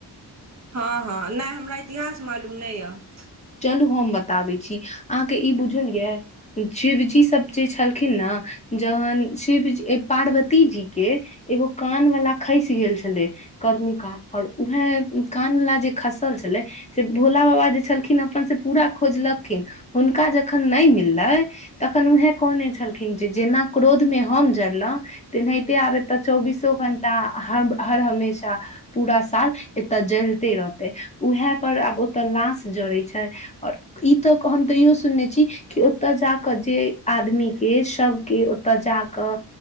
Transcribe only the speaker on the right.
हँ- हँ नय हमरा इतिहास मालूम नइ यऽ